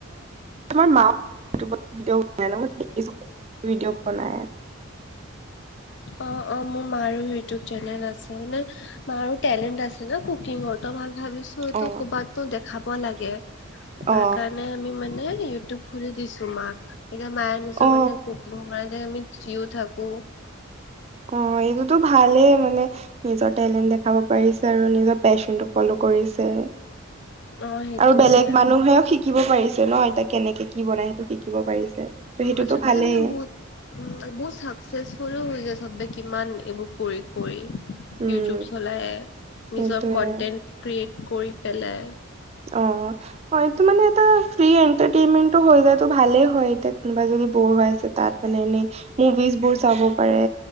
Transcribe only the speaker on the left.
অ', অ', মোৰ মাৰো ইউটিউব চেনেল আছে মানে মাৰো টেলেণ্ট আছে। কুকিঙৰ ত মই ভাবিছো
টো ক'বাতো দেখাব লাগে তাৰ
কাৰণে আমি মানে ন ইউটিউব খুলি দিছো মাক এতিয়া মায়ে নিজৰ
মানে কুকিং কৰা আমি চিও থাকো।
অ সেইটোয়ে
আজিকালি
মানে বহুত উম, বহুত চাকচেছফুল হৈ যায় সব ব কিমান এইবোৰ কৰি-কৰি।
ইউটিউব চলাই
নিজৰ কনটেন্ট ক্ৰিয়েট কৰি পেলাই